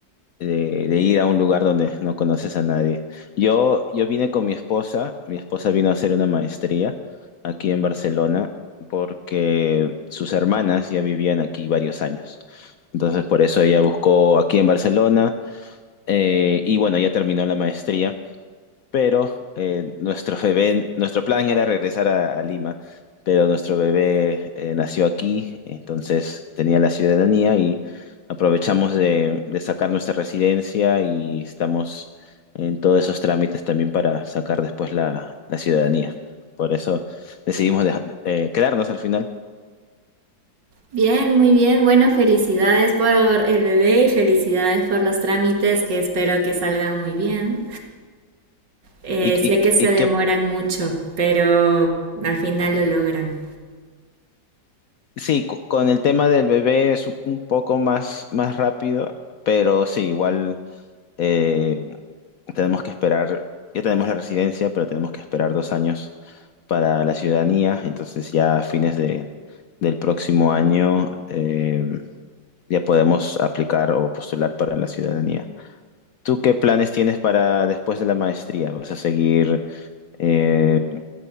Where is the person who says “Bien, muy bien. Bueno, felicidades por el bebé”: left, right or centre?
Right